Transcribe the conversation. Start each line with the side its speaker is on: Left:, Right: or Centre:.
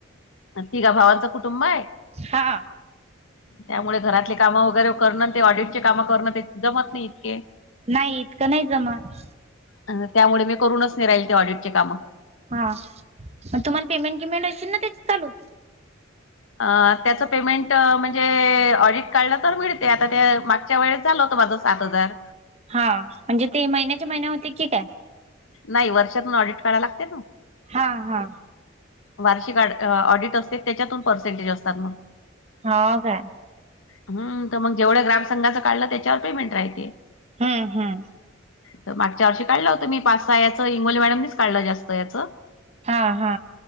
Left: आणि तिघा भावांचं कुटुंब आहे.
Right: हा.
Left: त्यामुळे घरातले काम वगैरे करणं, ते ऑडिटचे काम करणं ते जमत नाही इतके.
Right: नाही इतकं नाही जमत.
Left: अ त्यामुळे मी करूनच नाही राहीले ते ऑडिटची कामं.
Right: हा, पण तुम्हाला पेमेंट गिमेंट असतील ना त्याच चालू?
Left: अ त्याचं पेमेंट म्हणजे ऑडिट काढलं तर मिळते. आता त्या मागच्य त्यावेळेस झालं होतं माझं सात हजार.
Right: हा म्हणजे ते महिन्याच्या महिन्या होते की काय?
Left: नाही वर्षातून ऑडिट काढाला लागते न.
Right: हा हा.
Left: वार्षिक अ ऑडिट असते त्याच्यातून पर्सेंटेज असतात मग.
Right: हा काय?
Left: हम्म, तर मग जेवढ्या ग्रामसंघाच काढलं त्याच्यावर पेमेंट राहते.
Right: हम्म हम्म.
Left: तर मागच्या वर्षी काढलं होतं मी पाच सहा याचं. इंगोली मॅडमनीच काढलं जास्त याच.
Right: हा हा.